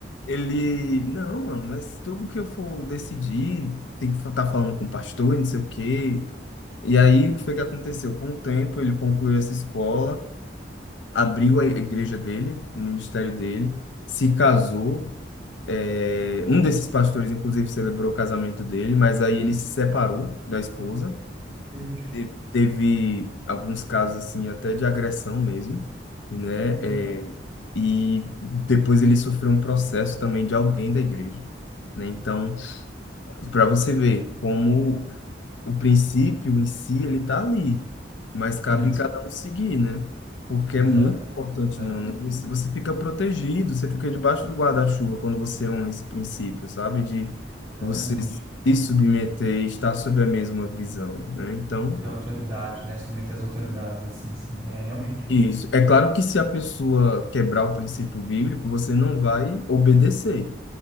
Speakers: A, on the left (about 85°); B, on the right (about 20°).
A: ele, não, mano, mas tudo que eu for decidir, tem que estar falando com o pastor, e não sei o quê. E aí, o que foi que aconteceu? Com o tempo, ele concluiu essa escola, abriu a igreja dele, o ministério dele, se casou, é, um desses pastores, inclusive, celebrou o casamento dele, mas aí ele se separou da esposa.
B: Meu Deus.
A: Te- Teve alguns casos, assim, até de agressão mesmo, né?
B: Jesus.
A: É, e depois ele sofreu um processo também de alguém da igreja, né? Então, para você ver como o princípio em si, ele tá ali, mas
B: Sim,
A: cabe cada um seguir, né? Porque
B: exatamente,
A: é muito importante,
B: exatamente,
A: mano. Você, você fica protegido, você fica debaixo do guarda-chuva quando você honra esse princípio, sabe? De
B: exatamente.
A: você se submeter e estar sob a mesma visão, né? Então,
B: E autoridade, né? Submeter às autoridades, assim, sim. É, realmente.
A: isso. É claro que se a pessoa quebrar o princípio bíblico, você não vai obedecer.